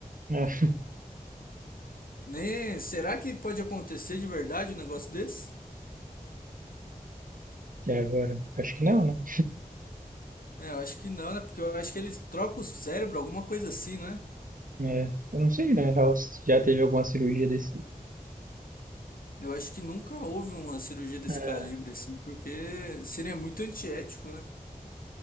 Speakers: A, on the right; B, on the left.
A: é. <laughs>
B: Nem... Será que pode acontecer de verdade um negócio desse?
A: E agora? Acho que não, né?
B: É, eu acho que não, né? Porque eu acho que eles trocam o cérebro, alguma coisa assim, né?
A: É, eu não sei, né? Já, já teve alguma cirurgia desse.
B: Eu acho que nunca houve uma cirurgia desse
A: É.
B: calibre, assim, porque seria muito antiético, né?